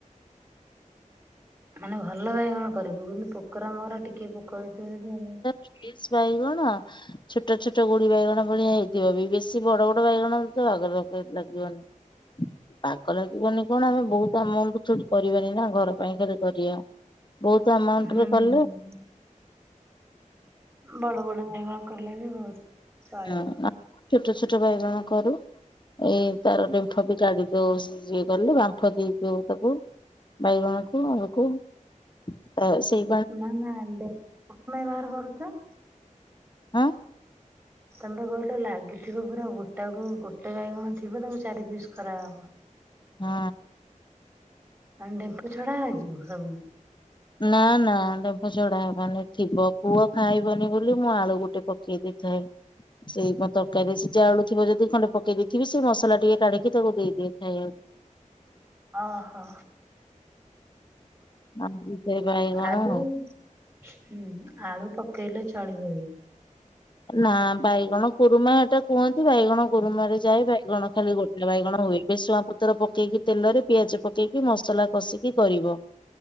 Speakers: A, on the right; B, on the left.
A: ମାନେ ଭଲ ବାଇଗଣ କରିବୁ କିନ୍ତୁ ପୋକରା ମୋକରା ଟିକେ ପୋକ ହେଇଥିବ ଯଦି
B: ଚିଲିଜ ବାଇଗଣ। ଛୋଟ ଛୋଟ ଗୁଡି ବାଇଗଣ ଭଳିଆ ହେଇଥିବ ବି ବେଶୀ ବଡ ବଡ ବାଇଗଣ ତ ବାଗ ଲଗେଇ ଲାଗିବନି। <inaudible> ବାଗ ଲାଗିବନି କଣ ଆମେ ବହୁତ ଆମାଉଣ୍ଟ ଥୋଡି କରିବାନି ନା ଘର ପାଇଁ ଖାଲି କରିବା। ବହୁତ ଆମାଉଣ୍ଟରେ
A: ହୁଁ।
B: କଲୁ।
A: ବଡ ବଡ ନେହୁଆ କଲେ ବି <unintelligible> ଚଳିବ
B: ହୁଁ ଛୋଟ ଛୋଟ ବାଇଗଣ କରୁ। ଏଇ ତାର ଡେମ୍ଫ ବି କାଢି ଦଉ ସିଝେଇ କଲେ ବାମ୍ଫ ଦେଇଦଉ ତାକୁ। ବାଇଗଣକୁ ଆକୁ ପ୍ରାୟ ସେ
A: ନା ନା ଡେ ବ୍ୟବହାର କରୁଛ?
B: ହଁ।
A: ତମେ ବା କହିଲ ଲାଗିଥିବ ପୁରା ଗୋଟା କୁ ଗୋଟା ବାଇଗଣ ଥିବ ତାକୁ ଚାରି ପିସ୍ କରାହବ।
B: ହୁଁ।
A: ଆଉ ଡେମ୍ପ ଛଡା ହେଇଯିବ ସବୁ।
B: ନା ନା ଡେମ୍ଫ ଛଡା ହବନି ଥିବ ପୁଅ ଖାଇବନି ବୋଲି ମୁଁ ଆଳୁ ଗୋଟେ ପକେଇ ଦେଇଥାଏ। ସେଇ ମ ତରକାରୀ ସିଝା ଆଳୁ ଥିବ ଯଦି ଖଣ୍ଡେ ପକେଇ ଦେଇଥିବି ସେ ମସଲା ଟିକେ କାଢିକି ତାକୁ ଦେଇଦିଏ ଖାଇବାକୁ।
A: ଅ ହଁ।
B: ହୁଁ <unintelligible> ବାଇଗଣ।
A: ଆଳୁ ହୁଁ ଆଳୁ ପକେଇଲେ ଚଳିବ ବି।
B: ନା ବାଇଗଣ କୁରୁମା ଏଟା କୁହନ୍ତି ବାଇଗଣ। କୁରୁମାରେ ଯାଏ ବାଇଗଣ ଖାଲି ଗୋଟା ବାଇଗଣ ହୁଏ ବେସୁଆଁ ପ ପତର ପକେଇକି ତେଲରେ ପିଆଜ ପକେଇକି ମସଲା କଷିକି କରିବ